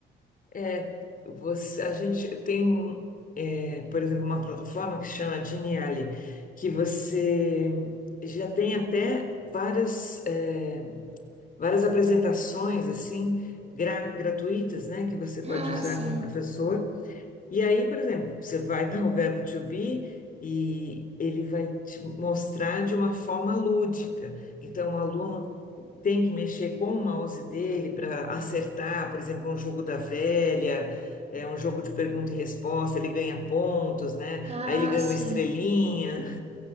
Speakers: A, on the left; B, on the right.
A: É, você, a gente tem, é, por exemplo, uma plataforma que se chama Geniali, que você já tem até várias, é, várias apresentações assim gra- gratuitas, né, que você pode
B: Ah,
A: usar
B: sim.
A: como professor. E aí, por exemplo, você vai <laughs> dar o verbo to be e ele vai te mostrar de uma forma lúdica. Então, o aluno tem que mexer com o mouse dele para acertar, por exemplo, um jogo da velha, é um jogo de pergunta e resposta, ele ganha pontos, né?
B: Ah,
A: Aí ele ganha
B: sim.
A: uma estrelinha.